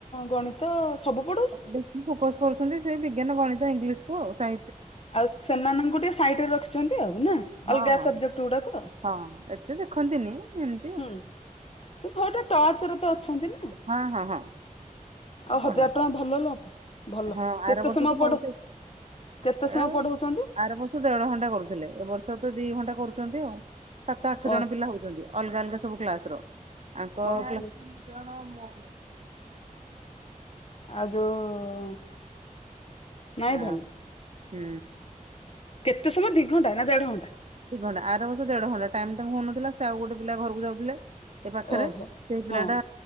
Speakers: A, on the left (about 45°); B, on the right (about 50°).
A: ଗଣିତ ସବୁ ପଢଉଛନ୍ତି।
B: ଲ ଫୋକସ କରୁଛନ୍ତି ସେ ବିଜ୍ଞାନ ଗଣିତ ଇଂଲିଶକୁୁ ଆଉ ସା
A: ଆଉ ସେମାନଙ୍କୁ ଟିକେ ସାଇଟ ରେ ରଖିଛନ୍ତି ଆଉ ନା
B: ହଁ
A: ଅଲଗା
B: ହଁ
A: ସବଜେକ୍ଟ ଗୁଡାକ ଆଉ।
B: ହଁ ଏକ ସେ ଦେଖନ୍ତିନି ଏମ
A: ହୁଁ ଗୋଟେ ଟର୍ଚ ର ତ ଅଛନ୍ତି ନା। ଆଉ
B: ହଁ ହଁ ହଁ। ପଢାନ୍ତି
A: ହଜାର ଟଙ୍କା ଭଲ ଲୋ। ଭଲ
B: ହଁ ଆର
A: କେତେ
B: ବର୍ଷ
A: ସମୟ
B: ତ ନଉଚି
A: ପଢଉ କେତେ ସମୟ
B: ଏ
A: ପଢଉଛନ୍ତି?
B: ଆର ବର୍ଷ ଦେଢ ଘଣ୍ଟା କରୁଥିଲେ ଏ ବର୍ଷ ତ ଦି ଘଣ୍ଟା କରୁଛନ୍ତି ଆଉ ସାତ ଆଠ
A: ଓ
B: ଜଣ ପିଲା ହଉଛନ୍ତି। ଅଲଗା ଅଲଗା ସବୁ କ୍ଲାସ ର ଆଙ୍କ୍
A: ଓହୋ ଆଉ ଯୋଉ ନାଇଁ
B: ଆ
A: ଭଲ
B: ହୁଁ।
A: କେତେ ସମୟ ଦିଘଣ୍ଟା ନା ଦେଢ ଘଣ୍ଟା?
B: ଦିଘଣ୍ଟା ଆର ବର୍ଷ ଦେଢ ଘଣ୍ଟା ଟାଇମ ତାଙ୍କୁ ହଉନଥିଲା ସେ ଆଉ ଗୋଟେ ପିଲା ଘରକୁ ଯାଉଥିଲେ। ସେ ପାଖରେ
A: ଓହୋ
B: ସେ ପିଲାଟା
A: ହଁ